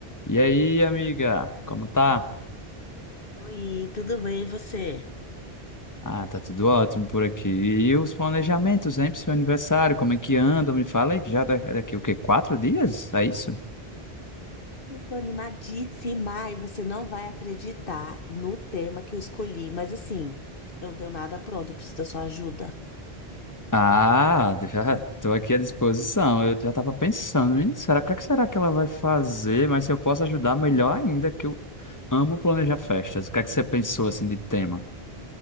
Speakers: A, on the left (about 20°); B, on the left (about 60°).
A: E aí, amiga, como tá?
B: Oi, tudo bem e você?
A: Ah, tá tudo ótimo por aqui. E os planejamentos, hein, pro seu aniversário? Como é que anda? Me fala aí, que já da- daqui o quê? Quatro dias? É isso?
B: Eu tô animadíssima e você não vai acreditar no tema que eu escolhi, mas assim, eu não tenho nada pronto, eu preciso da sua ajuda.
A: Ah, <laughs> já tô aqui à disposição. Eu já tava pensando, menino, será, o que é que será que ela vai fazer? Mas se eu posso ajudar, melhor ainda, que eu amo planejar festas. O que é que você pensou, assim, de tema?